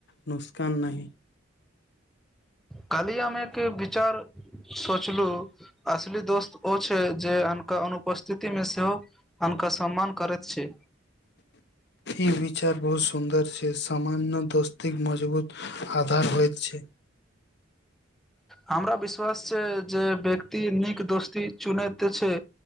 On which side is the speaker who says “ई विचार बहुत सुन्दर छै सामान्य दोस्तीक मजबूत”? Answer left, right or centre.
Left